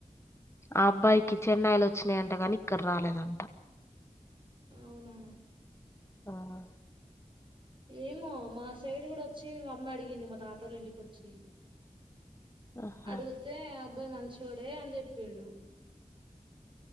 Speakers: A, on the left; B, on the right.
A: ఆ అబ్బాయికి చెన్నైలు వచ్చినాయంటగాని ఇక్కడ రాలేదంట
B: అవునా
A: ఆహా
B: ఏమో మా సైడ్ కూడా వచ్చి అమ్మ అడిగింది మా తాతలు ఇంటికొచ్చి
A: ఆహా
B: అడుగుతే అ అబ్బాయి మంచిడే అని చెప్పిండు